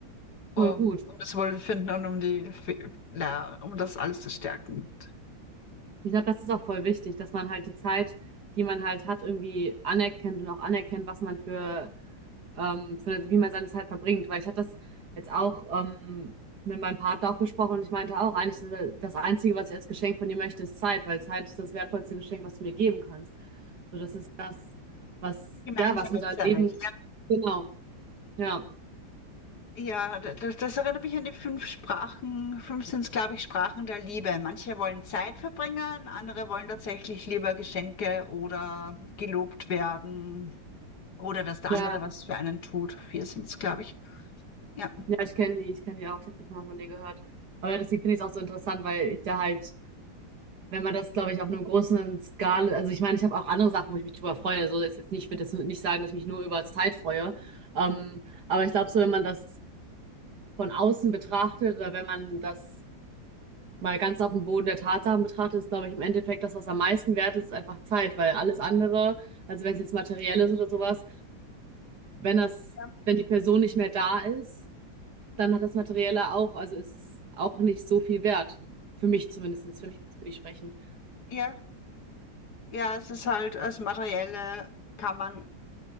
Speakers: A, on the left (about 55°); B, on the right (about 55°).
A: um,
B: voll gut.
A: um das Wohlbefinden und um die, na, um das alles zu stärken?
B: Ich glaube, das ist auch voll wichtig, dass man halt die Zeit, die man halt hat, irgendwie anerkennt und auch anerkennt, was man für ähm, für, wie man seine Zeit verbringt. Weil ich hatte das jetzt auch ähm, mit meinem Partner auch besprochen und ich meinte auch, eigentlich ist das Einzige, was ich als Geschenk von dir möchte, ist Zeit, weil Zeit ist das wertvollste Geschenk, was du mir geben kannst. So, das ist das, was,
A: Gemeinsame
B: ja, was unser
A: Zeit.
B: Leben, genau, ja,
A: Ja, da- das, das erinnert mich an die fünf Sprachen. Fünf sind es, glaube ich, Sprachen der Liebe. Manche wollen Zeit verbringen, andere wollen tatsächlich lieber Geschenke oder gelobt werden oder dass der
B: ja,
A: andere was für einen tut. Vier sind es, glaube ich. Ja.
B: ja, ich kenne die, ich kenne die auch, ich habe schon mal von denen gehört. Aber deswegen finde ich es auch so interessant, weil ich da halt wenn man das, glaube ich, auf einem großen Skala, also ich meine, ich habe auch andere Sachen, wo ich mich drüber freue. So ist jetzt nicht, ich würde jetzt nicht sagen, dass ich mich nur über Zeit freue. Ähm, aber ich glaube, so wenn man das von außen betrachtet oder wenn man das mal ganz auf dem Boden der Tatsachen betrachtet, ist, glaube ich, im Endeffekt das, was am meisten wert ist, ist einfach Zeit, weil alles andere, also wenn es jetzt materiell ist oder sowas, wenn das,
A: Ja,
B: wenn die Person nicht mehr da ist, dann hat das Materielle auch, also es ist auch nicht so viel wert. Für mich zumindest, für mich, für mich sprechend.
A: ja, ja, es ist halt das Materielle, kann man,